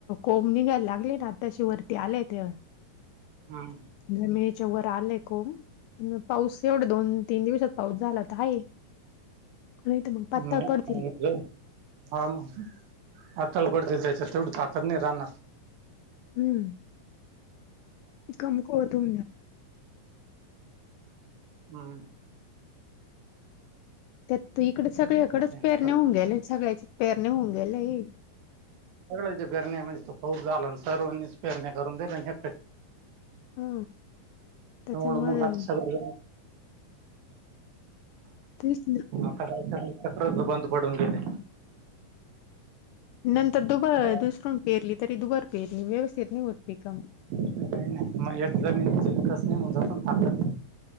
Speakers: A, on the left; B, on the right.
A: कोंब निघायला लागले ना आत्ताशी वरती आलेय ते
B: हम्म.
A: म्हणे मेच्या वर आलंय को पाऊस एवढं दोन तीन दिवसात पाऊस झाला तर आहे. <inaudible>
B: ्
A: पातळ पडतील
B: हा म. हातळ पडतील त्याच्यात तेवढी ताकत नाही राहणार.
A: हम्म. कमक होतो.
B: हम्.
A: त्यात तू इकडडे सगळ्याकडेच
B: तेच तर आहे ना
A: पेरणे
B: खरं
A: होऊन गेले सगळ्याचेच पेरणे होऊन गेलेय.
B: सगळ्यांच्या पेरण्या म्हणज तो पाऊस झाला सर्वांनीच पेरण्याणे करून दिले एकटी.
A: हा त्याच्यामुळे
B: मुळ मग आता सगळेण.
A: तेच
B: स चक्रच बंद पडून गेले.
A: नंतर दुब
B: काय
A: दुसरून पेरली तरी दुबार पेरली व्यवस्थित नाही होत पिकम
B: अडचण काही मग एकदा मनस नाहीऊन जाताकात